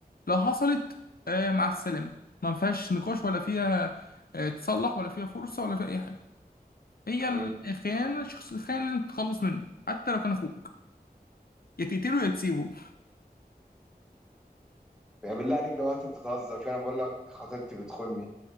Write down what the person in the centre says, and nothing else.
امم
يعني بالله عليك ده وقت انت تهزر فيه انا بقول لك خطيبتي بتخوني